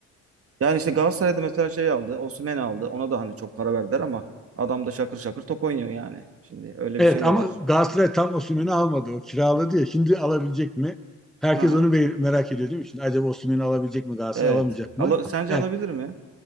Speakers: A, on the right; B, in the centre.
A: Yani işte Galatasaray'da mesela şey aldı. Osimhen aldı. Ona da hani çok para verdiler ama adam da şakır şakır top oynuyor yani. Şimdi öyle
B: Evet
A: bir şey
B: ama
A: de var.
B: Galatasaray tam Osimhen'i almadı. O kiraladı ya. Şimdi alabilecek mi? Herkes
A: Aha.
B: onu merak ediyor değil mi? Şimdi acaba Osimhen'i alabilecek mi Galatasaray
A: Evet.
B: alamayacak mı?
A: Ala- sence
B: Evet.
A: alabilir mi?